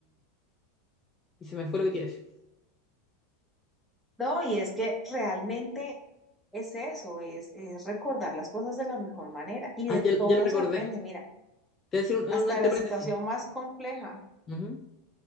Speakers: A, on the left; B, in the centre.
A: Y se me fue lo que te iba a decir.
B: No, y es que realmente es eso, es, es recordar las cosas de la mejor manera y
A: Ah,
B: de
A: ya,
B: todo
A: ya lo recordé.
B: se aprende, mira,
A: Te voy a decir un,
B: hasta
A: un entre
B: de la
A: paréntesis.
B: situación más compleja.
A: Ujú.